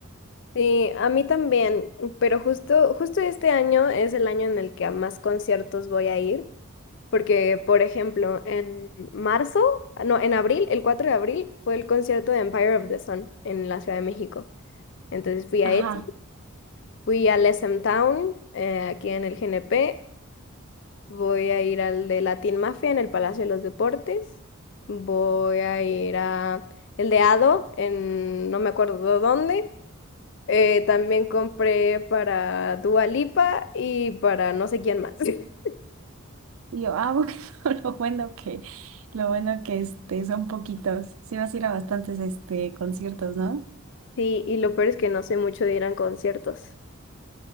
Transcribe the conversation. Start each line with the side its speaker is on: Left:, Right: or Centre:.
Left: Sí, a mí también, pero justo, justo este año es el año en el que a más conciertos voy a ir. Porque, por ejemplo, en marzo, ah, no, en abril, el 4 de abril, fue el concierto de Empire of the Sun en la Ciudad de México. Entonces fui a
Right: Ajá.
Left: ese, fui al SM Town, eh, aquí en el GNP, voy a ir al de Latin Mafia en el Palacio de los Deportes, voy a ir a el de Ado en no me acuerdo dónde. Eh, también compré para Dua Lipa y para no sé quién más. <laughs>
Right: Y yo, ah, bueno, <laughs> lo bueno que, lo bueno que este, son poquitos. Sí vas a ir a bastantes este, conciertos, ¿no?
Left: Sí, y lo peor es que no sé mucho de ir a conciertos.